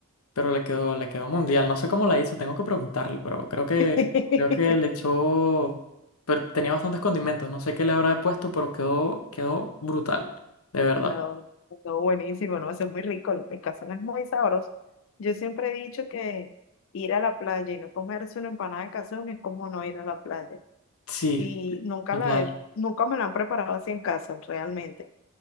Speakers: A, on the left (about 80°); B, on the left (about 60°).
A: pero le quedó, le quedó mundial. No sé cómo la hizo, tengo que preguntarle, pero creo que,
B: <laughs>
A: creo que le echó, pero tenía bastantes condimentos, no sé qué le habrá puesto, pero quedó, quedó brutal, de verdad.
B: No, no, buenísimo, no, eso es muy rico, el pescazón es muy sabroso. Yo siempre he dicho que ir a la playa y no comerse una empanada de cazón es como no ir a la playa.
A: Sí,
B: Y nunca
A: total,
B: la he, nunca me la han preparado así en casa, realmente.